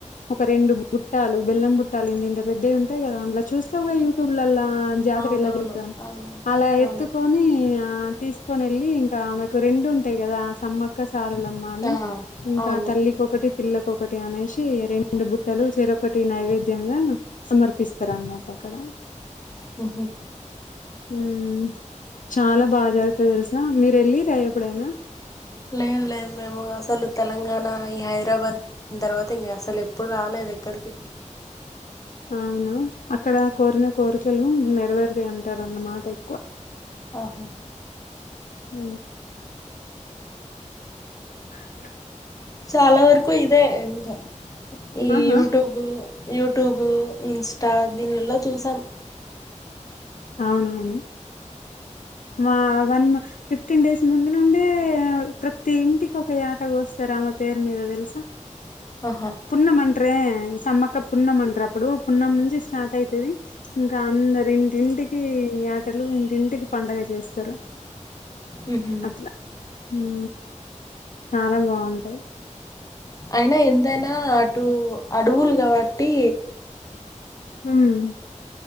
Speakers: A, on the left; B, on the left.
A: ఒక రెండు బుట్టాలు బెల్లం బుట్టాలు ఇంతింత పెద్దవి ఉంటాయి కదా అందులా చూస్తావు యూట్యూబ్ లల్లా జాతర
B: అవునవును
A: ఎలా జరుపుతా
B: అవును
A: అలా
B: అవును
A: ఎత్తు నీ ఆ తీసుకొని ఎళ్ళి ఇంకా ఆమెకు రెండు ఉంటాయి కదా ఆ సమ్మ క్క సారలమ్మ అని
B: ఆ
A: ఇంకా
B: అవును
A: తల్లి ఒకటి పిల్లకొకటి అనేసి రెండు బుట్టలు చెరొకటి నైవేద్యంగా సమర్పిస్తారు అన్నట్టు అక్కడ
B: హూహూ
A: హూమ్ చాలా బా జరుగుతది తెలుసా మీరు ఎళ్ళిర్రా ఎప్పుడైనా
B: ఏం లేదు మేము అసలు తెలంగాణ ఈ హైదరాబాద్ దీని తర్వాత ఇంగ అసలు ఎప్పుడూ రాలేదు ఎక్కడికీ
A: అవునా అక్కడ కోరిన కోరికలు నెరవేరుతాయి అంటారు అన్నమాట ఎక్కువ
B: ఆహా
A: ఊ సర్లే
B: చాలా వరకూ ఇదే ఇంతా ఈ
A: ఆహా
B: యూటూబు యూట్యూబు ఇన్స్టా దీనిల్లో చూసాం
A: అవునవును మా వన్ ఫిఫ్టీన్ డేస్ ముందు నుండే ప్రతి ఇంటికి ఒక యాట కోస్తారు ఆమె పేరు మీద తెలుసా
B: ఆహా
A: పున్నం అంటరే సమ్మక్క పున్నం అంటారు అప్పుడు పున్నం నుంచి స్టార్ట్ అయితది ఇంకా అందరూ ఇంటింటికి యాటలు ఇంటింటికి పండగ చేస్తారు
B: ఉహు
A: అట్లా ఊ చాలా బావుంటాయి
B: అయినా ఎంతైనా టూ అడువులు కాబట్టి
A: హూమ్